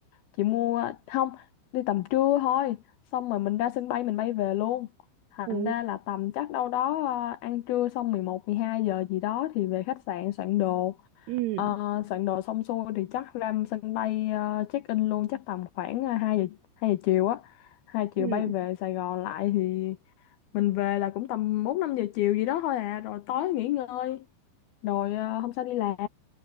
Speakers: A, on the left; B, on the right.
A: chị mua ờ, không đi tầm trưa thôi xong rồi mình ra sân bay mình bay về luôn thành
B: ừ
A: ra là tầm chắc đâu đó ờ, ăn trưa xong mười một mười hai giờ gì đó thì về khách sạn soạn đồ
B: ừ
A: Ờ, soạn đồ xong xuôi thì chắc ra sân bay ờ, check in luôn chắc tầm khoảng ờ, hai giờ 2 giờ chiều á hai chiều
B: ừ
A: bay về Sài Gòn lại thì mình về là cũng tầm 4 5 giờ chiều gì đó thôi à rồi tối nghỉ ngơi rồi ờ, hôm sau đi làm